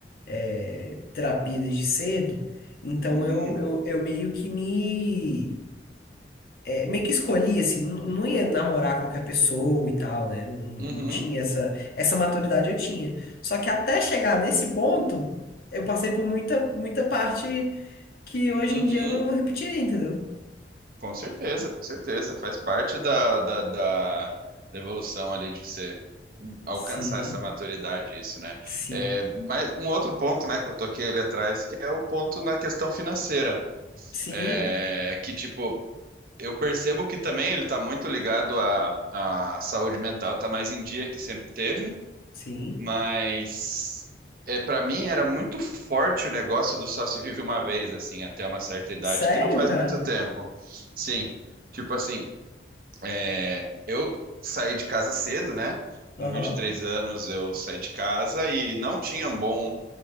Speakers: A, on the left; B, on the right.
A: é, terapia desde cedo, então
B: Uhum.
A: eu, eu, eu meio que me é, meio que escolhi, assim, não não ia namorar qualquer pessoa e tal, né? Não, não
B: Uhum.
A: tinha essa, essa maturidade eu tinha. Só que até chegar nesse ponto, eu passei por muita, muita parte que hoje
B: Uhum.
A: em dia eu não, não repetiria, entendeu?
B: Com certeza, com certeza. Faz parte da, da, da- da evolução ali de você alcançar
A: Sim,
B: essa maturidade, isso, né?
A: sim,
B: É, mas um outro ponto, né, que eu toquei ali atrás, que é o ponto na questão financeira.
A: sim,
B: É que, tipo, eu percebo que também ele tá muito ligado à, à saúde mental, tá mais em dia que sempre teve,
A: sim.
B: mas é, para mim era muito forte o negócio do só se vive uma vez, assim, até uma certa idade,
A: Sério,
B: que não faz
A: cara?
B: muito tempo. Sim. Tipo assim, é, eu saí de casa cedo, né?
A: Aham.
B: Com vinte e três anos eu saí de casa e não tinha um bom